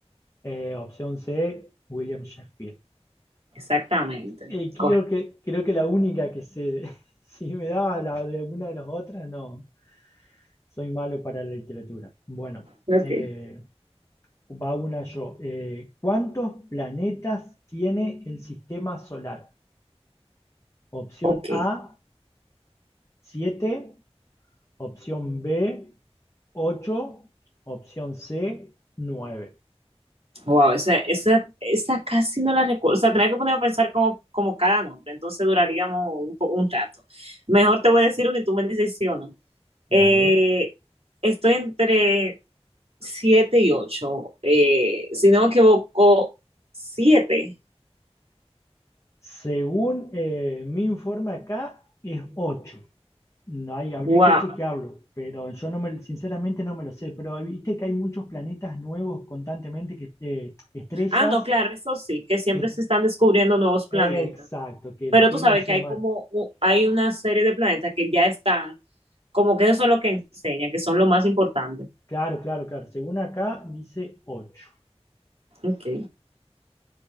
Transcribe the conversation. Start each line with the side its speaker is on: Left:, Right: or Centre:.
Left: Eh, opción C, William Shakespeare.
Right: Exactamente.
Left: Eh, creo
Right: Correcto.
Left: que, creo que la única que sé, de- <laughs> si me dabas la de alguna de las otras, no, soy malo para la literatura. Bueno,
Right: Ok.
Left: eh, va una yo. Eh, ¿cuántos planetas tiene el sistema solar? Opción
Right: Ok.
Left: A, siete opción B, ocho opción C, nueve
Right: Wow, esa, esa, esa casi no la recuerdo. O sea, tenía que ponerme a pensar como, como cada nombre, entonces duraríamos un, po- un rato. Mejor te voy a decir uno y tú me dices sí o no.
Left: Dale.
Right: Eh, estoy entre 7 y 8. si no me equivoco, 7.
Left: Según eh, mi informe acá, es ocho No hay, habría
Right: Wow.
Left: que chequearlo, pero yo no me, sinceramente no me lo sé. Pero viste que hay muchos planetas nuevos constantemente, que eh, estrellas,
Right: Ah, no, claro, eso sí, que siempre
Left: que-
Right: se están descubriendo nuevos planetas.
Left: exacto, que
Right: Pero
Left: los quieren
Right: tú sabes
Left: sumar.
Right: que hay como u- hay una serie de planetas que ya están, como que eso es lo que enseña, que son lo más importante.
Left: Claro, claro, claro. Según acá dice ocho.
Right: Ok.